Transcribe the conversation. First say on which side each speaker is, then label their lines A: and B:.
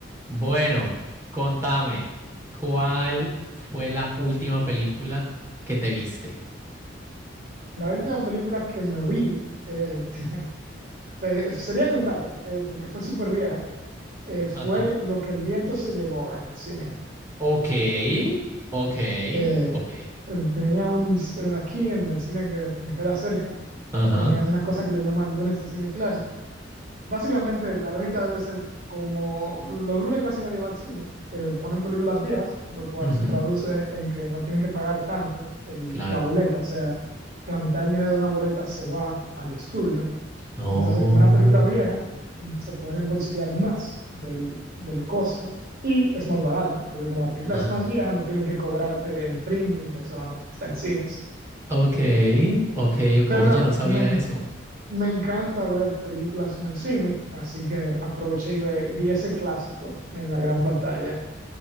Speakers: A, on the right; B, on the right.
A: Bueno, contame, ¿cuál fue la última película que te viste?
B: La última película que me vi, eh, <laughs> te- sería algo raro, eh, porque fue súper vieja, eh, fue
A: Ajá.
B: Lo que el viento se llevó en el cine.
A: Ok, ok,
B: Eh,
A: ok.
B: eh, tenía un, un aquí en el cine que, que me queda cerca,
A: Ajá,
B: tenían una cosa que le llaman lunes de cine clásico, Básicamente, la lógica debe ser como los lunes casi nadie va al cine, eh, ponen películas viejas, lo cual
A: ujú,
B: se traduce en que no tienen que pagar tanto el-
A: claro.
B: la boleta, o sea, que la mitad del dinero de una boleta se va al estudio.
A: Oh,
B: Entonces, como una película vieja, se pueden embolsillar más del, del costo y es más barata, porque como la película
A: ah,
B: es más vieja, no tienen que cobrarte el premium de solamente estar en cines.
A: ok, ok. ok.
B: Pero
A: Oye,
B: nada,
A: no sabía
B: me,
A: eso.
B: me encanta ver películas en el cine, así que aproveché y ve- vi ese clásico en la gran pantalla.